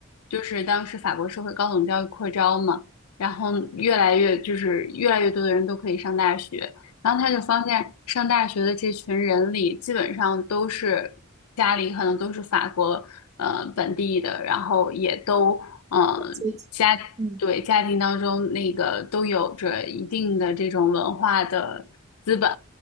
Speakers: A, on the left; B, on the right.
A: 就是当时法国社会高等教育扩招嘛，然后越来越就是越来越多的人都可以上大学，然后他就发现上大学的这群人里，基本上都是家里可能都是法国呃本地的，然后也都。嗯。
B: 我记
A: 家对家庭当中那个都有着一定的这种文化的资本，
B: 嗯